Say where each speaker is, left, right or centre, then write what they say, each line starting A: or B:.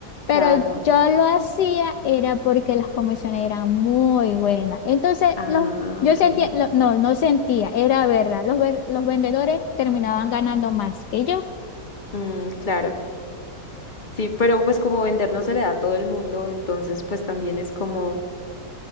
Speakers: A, on the left; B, on the left.
A: Pero
B: Claro.
A: yo lo hacía era porque las comisiones eran muy buenas. Entonces,
B: Ah,
A: los, yo
B: ok.
A: sentía, lo- no, no sentía, era verdad. Los, ver- los vendedores terminaban ganando más que yo.
B: Mm, claro. Sí, pero pues como vender no se le da a todo el mundo, entonces pues también es como...